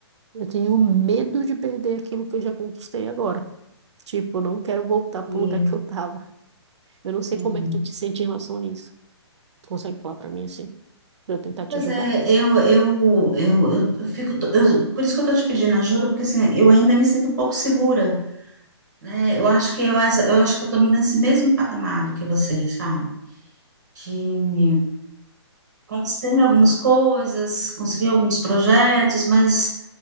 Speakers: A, on the right; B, on the right.
A: eu tenho medo de perder aquilo que eu já conquistei agora. Tipo, eu não quero voltar pro
B: e-
A: lugar que eu tava. Eu não sei
B: entendi.
A: como é que tu te sente em relação a isso. Tu consegue falar para mim assim, para eu tentar te
B: Pois
A: ajudar?
B: é, eu, eu, eu, eu, eu fico, eu- por isso que eu estou te pedindo ajuda, porque assim, eu ainda me sinto um pouco segura, né? Eu acho que eu, eu acho que eu estou nesse mesmo patamar do que vocês, sabe? De conseguir algumas coisas, conseguir alguns projetos, mas